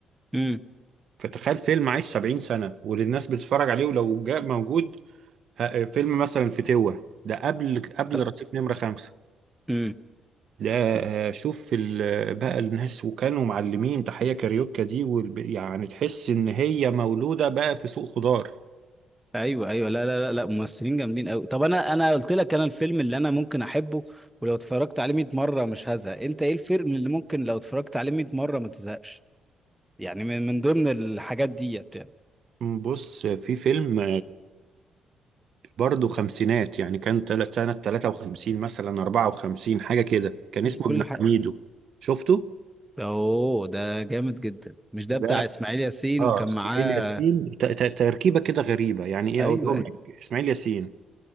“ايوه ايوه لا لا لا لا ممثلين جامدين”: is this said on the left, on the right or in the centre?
Centre